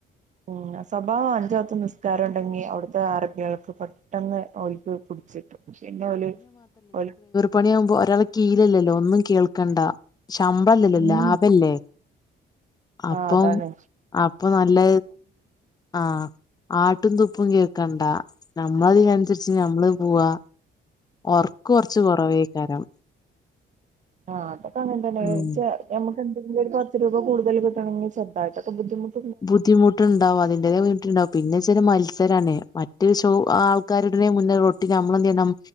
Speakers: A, on the right (about 40°); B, on the left (about 20°).
A: ഉം സ്വഭാവം അഞ്ച് വക്ത് നിസ്കാരം ഉണ്ടെങ്കി അവിടുത്തെ അറബികൾക്ക് പെട്ടെന്ന് ഓൽ ഓൽക് പുട്ച്ച്ക്കാ പിന്നെ ഓല് ഓല്
B: പണിയാവുമ്പോ ഒരാളെ കീയീലല്ലല്ലോ ഒന്നും കേൾക്കണ്ട ശമ്പളല്ലല്ലോ
A: ഉം
B: ലാഭല്ലേ അപ്പം
A: ആഹ് അതാണ്
B: അപ്പ നല്ല ആഹ് ആട്ടും തുപ്പും കേൾക്കണ്ട നമ്മള ഇതിനനുസരിച്ച് നമ്മള് പോവാ ഒർക്ക് കൊർച്ച് കുറവേക്കാരം
A: ആ അതക്കങ്ങൻതന്നെ
B: ഉം
A: ചെ ഞമ്മക്കെന്തെങ്കിലും ഒരു പത്ത് രൂപ കൂടുതല് കിട്ടണെങ്കിൽ ചെറതായിട്ടക്കെ ബുദ്ധിമുട്ട്
B: ബുദ്ധിമു ബുദ്ധിമുട്ട് ഇണ്ടാവും അതിന്റേതായ ബുദ്ധിമുണ്ടാവും പിന്നെച്ചാല് മത്സരാണേ മറ്റ് ഷോ ആൾക്കാരുടെ മുന്നെ റൊ നമ്മളെന്ത് ചെയ്യണം